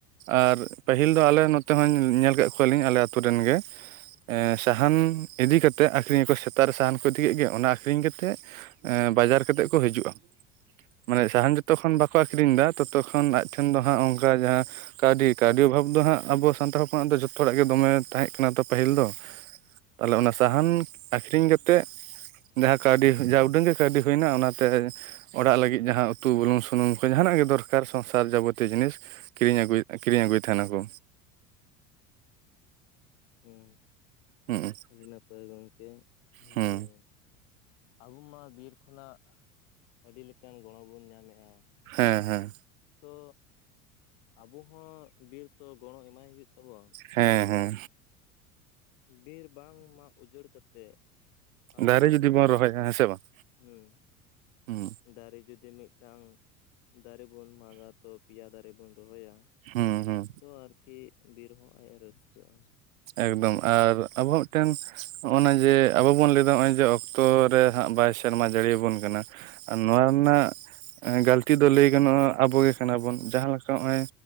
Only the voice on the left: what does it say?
ᱦᱩᱸ᱾
ᱟᱹᱰᱤ ᱱᱟᱯᱟᱭ ᱜᱚᱢᱠᱮ,
ᱡᱮ ᱟᱵᱚ ᱢᱟ ᱵᱤᱨ ᱠᱷᱚᱱᱟᱜ ᱟᱹᱰᱤ ᱞᱮᱠᱟᱱ ᱜᱚᱲᱚ ᱵᱚᱱ ᱧᱟᱢᱮᱫᱼᱟ᱾
ᱛᱚ ᱟᱵᱚ ᱦᱚᱸ ᱵᱤᱨ ᱛᱚ ᱜᱚᱲᱚᱸ ᱮᱢᱟᱭ ᱦᱩᱭᱩᱜ ᱛᱟᱵᱚᱣᱟ᱾ ᱛᱚ
ᱵᱤᱨ ᱵᱟᱝ ᱢᱟᱜ ᱩᱡᱟᱹᱲ ᱠᱟᱛᱮᱜ, ᱟᱵᱚ
ᱟᱨᱠᱤ
ᱦᱩᱸ
ᱫᱟᱨᱮ ᱡᱩᱫᱤ ᱢᱤᱫᱴᱟᱝ ᱫᱟᱨᱮ ᱵᱚᱱ ᱢᱟᱜᱟ, ᱛᱚ ᱯᱮᱭᱟ ᱫᱟᱨᱮ ᱵᱚᱱ ᱨᱚᱦᱚᱭᱟ᱾
ᱛᱚᱸ ᱟᱨᱠᱤ ᱵᱤᱨ ᱦᱚᱸ ᱟᱡ ᱮ ᱨᱟᱹᱥᱠᱟᱹᱜᱼᱟ᱾